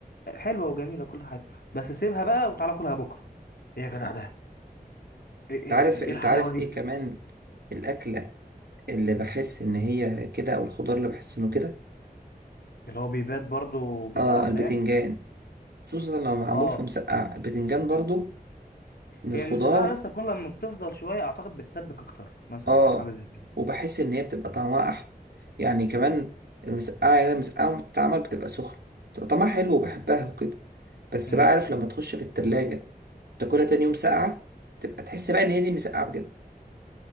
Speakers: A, on the left (about 80°); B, on the right (about 80°).
A: حلوة وجميلة كل حاجة بس سيبها بقى وتعالى كلها بكرة إيه يا جدع ده إيه إيه
B: عارف
A: ده إيه
B: انت
A: الحلاوة
B: عارف
A: دي
B: ايه كمان الاكله اللي بحس ان هي كده او الخضار اللي بحس انه كده
A: اللي هو بيبات برضه بيبقى
B: اه
A: أحلى
B: البتنجان
A: يعني
B: خصوصا لو معمول
A: آه
B: في مسقعة البتنجان برضو من الخضار
A: هي المسقعة يا اسطى كل لما بتفضل شوية أعتقد بتسبك أكتر مثلا
B: اه
A: أو حاجة زي كده
B: وبحس ان هي بتبقى طعمها احلى يعني كمان المسقعة يعني المسقعة لما بتتعمل بتبقى سخنة بتبقى طعمها حلو وبحبها وكده بس
A: امم
B: بقى عارف لما تخش في التلاجة تاكلها تاني يوم ساقعة تبقى تحس بقى ان هي دي مسقعة بجد